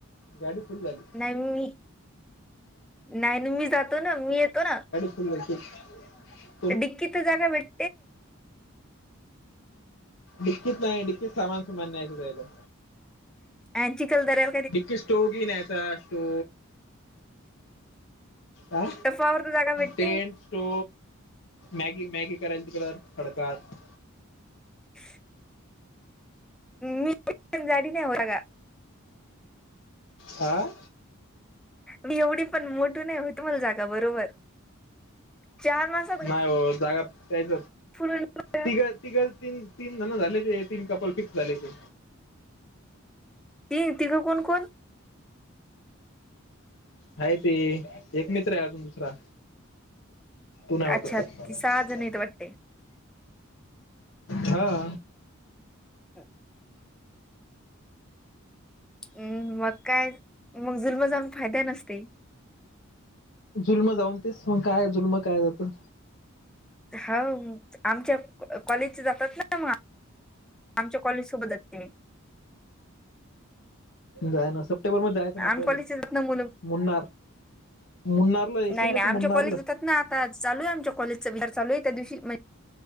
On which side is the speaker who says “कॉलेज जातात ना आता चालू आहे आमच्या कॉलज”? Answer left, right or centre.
Centre